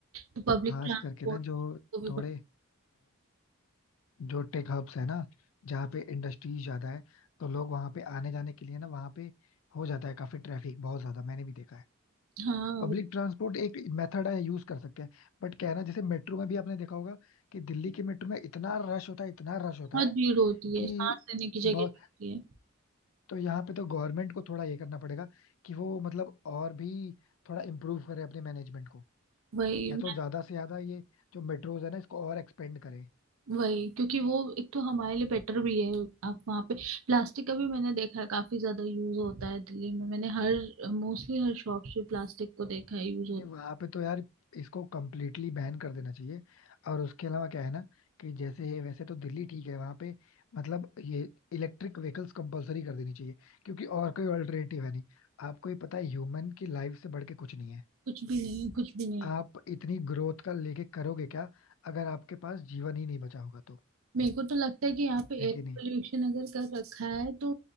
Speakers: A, on the right (about 80°); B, on the left (about 70°).
A: तो पब्लिक
B: खास
A: ट्रांसपोर्ट
B: करके ना जो
A: को भी
B: थोड़े
A: ब-
B: जो टेक हब्स है ना जहाँ पे इंडस्ट्रीज ज्यादा है तो लोग वहां पे आने जाने के लिए ना वहां पे हो जाता है काफी ट्रैफिक बहुत ज्यादा मैंने भी देखा है
A: हाँ
B: पब्लिक ट्रांसपोर्ट एक मेथड है यूज कर सकते हैं बट क्या है ना जैसे मेट्रो में भी आपने देखा होगा कि दिल्ली के मेट्रो में इतना रश होता है इतना रश होता
A: बहुत
B: है
A: भीड़ होती
B: कि
A: है सांस लेने की जगह
B: बहुत
A: नहीं होती है
B: तो यहाँ पे तो गवर्नमेंट को थोड़ा ये करना पड़ेगा कि वो मतलब और भी थोड़ा इम्प्रूव करे अपने मैनेजमेंट को
A: वही
B: या तो
A: मैं-
B: ज्यादा से ज्यादा ये जो मेट्रोज है ना इसको और एक्सपेंड करे
A: वही क्योंकि वो एक तो हमारे लिए बेटर भी है आप वहाँ पे प्लास्टिक का भी मैंने देखा है काफी ज्यादा यूज होता है दिल्ली में मैंने हर मोस्टली हर शॉप पे प्लास्टिक को देखा है यूज
B: नहीं
A: होता
B: वहां पे तो यार इसको कम्प्लीटली बैन कर देना चाहिए और उसके अलावा क्या है ना कि जैसे वैसे तो दिल्ली ठीक है वहां पे मतलब ये इलेक्ट्रिक व्हीकल्स कंपलसरी कर देनी चाहिए क्योंकि और कोई अल्टरनेटिव है नहीं आपको ही पता है ह्यूमन की लाइफ से बढ़ के कुछ नहीं है
A: कुछ भी नहीं कुछ भी नहीं
B: आप इतनी ग्रोथ का लेके करोगे क्या अगर आपके पास जीवन ही नहीं बचा होगा तो
A: मेरे को तो लगता है कि यहाँ पे
B: है
A: एयर
B: कि नहीं
A: पोल्यूशन अगर कर रखा है तो